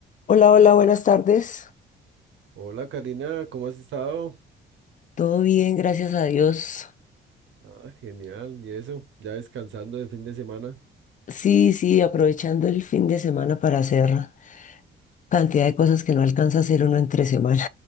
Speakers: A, on the left (about 40°); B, on the right (about 75°).
A: Hola, hola, buenas tardes.
B: Hola Karina, ¿cómo has estado?
A: Todo bien, gracias a Dios.
B: Ah, genial, y eso, ya descansando de fin de semana.
A: Sí, sí, aprovechando el fin de semana para hacer cantidad de cosas que no alcanza a hacer uno entre semana.